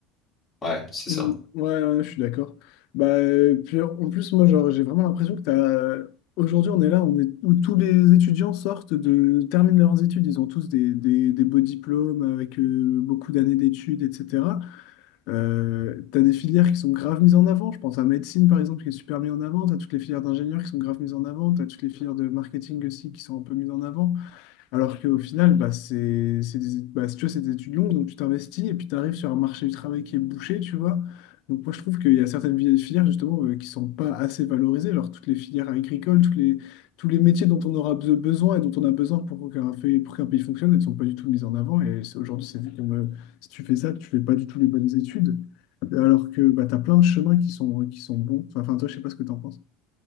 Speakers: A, on the left; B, on the left.
A: Ouais, c'est ça.
B: Mm, Ouais, ouais, je suis d'accord. Bah, euh, puis en plus, moi, genre, j'ai vraiment l'impression que t'as... Aujourd'hui, on est là, on est... où tous les étudiants sortent de... terminent leurs études. Ils ont tous des, des, des beaux diplômes avec euh, beaucoup d'années d'études, etc. Euh, t'as des filières qui sont grave mises en avant. Je pense à médecine, par exemple, qui est super mise en avant. T'as toutes les filières d'ingénieurs qui sont grave mises en avant. T'as toutes les filières de marketing aussi qui sont un peu mises en avant. Alors qu'au final, bah, c'est, c'est des, bah, si tu vois, c'est des étudiants, donc tu t'investis et puis tu arrives sur un marché du travail qui est bouché, tu vois. Donc moi, je trouve qu'il y a certaines vi- filières, justement, euh, qui sont pas assez valorisées, genre toutes les filières agricoles, tous les, tous les métiers dont on aura be- besoin et dont on a besoin pour qu'un fait- pour qu'un pays fonctionne, elles ne sont pas du tout mises en avant. Et c'est- aujourd'hui, c'est vu comme euh, si tu fais ça, tu fais pas du tout les bonnes études. Alors que bah, tu as plein de chemins qui sont, qui sont bons. Enfin, enfin, toi, je sais pas ce que tu en penses.